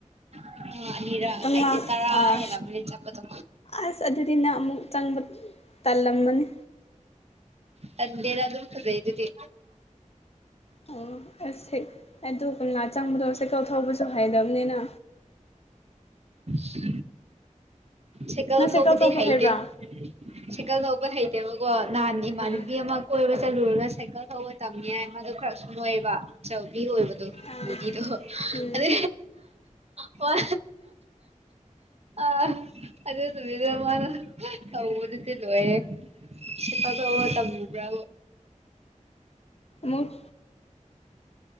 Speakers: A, on the right; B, on the left.
A: ꯑ ꯑꯅꯤꯔꯛ
B: ꯇꯪ
A: ꯑꯩꯗꯤ ꯇꯔꯥ
B: ꯑꯥ
A: ꯍꯦꯜꯂꯝꯃꯅꯤ ꯆꯠꯄꯗꯣ
B: ꯑꯁ ꯑꯗꯨꯗꯤ ꯅ ꯑꯃꯨꯛ ꯆꯪꯕ ꯇꯂꯃꯅꯤ
A: ꯇꯟꯗꯦꯗ ꯑꯗꯨꯝ ꯐꯖꯩꯗꯗꯤ
B: ꯑꯣ ꯑꯁ ꯑꯗꯨ ꯀꯝꯂꯥ ꯆꯪꯕꯗꯣꯁꯦ ꯀꯧꯊꯧꯕꯁꯨ ꯍꯥꯏꯗꯕꯅꯤꯅ
A: ꯁꯤ ꯁꯥꯏꯀꯜ
B: ꯅꯪ
A: ꯊꯧꯕꯗꯤ
B: ꯊꯧꯕ
A: ꯍꯩꯇꯦ
B: ꯍꯩꯕ꯭ꯔꯥ
A: ꯁꯥꯏꯀꯜ ꯊꯧꯕ ꯍꯩꯇꯦꯕꯀꯣ ꯅꯤ ꯃꯥꯅꯕꯤ
B: ꯑꯥ
A: ꯑꯃ ꯀꯣꯏ ꯆꯠꯂꯨꯔꯒ ꯁꯥꯏꯀꯜ ꯊꯧꯕ ꯇꯝꯃꯤ ꯍꯥꯏꯏ ꯃꯗꯨ ꯈꯔ ꯁ ꯅꯣꯏꯕ ꯑꯆꯕꯤ ꯑꯣꯏꯕꯗꯣ
B: ꯑꯥ
A: ꯄꯨꯗꯤꯗꯨ
B: ꯎꯝ
A: ꯑꯗꯦ ꯋꯥ ꯑ ꯑꯗꯨꯗ ꯅꯨꯗ ꯃꯥꯅ ꯊꯗꯤꯗꯤ ꯂꯑ ꯄꯒ ꯍ ꯇꯝꯕ꯭ꯔ
B: ꯃꯨꯛ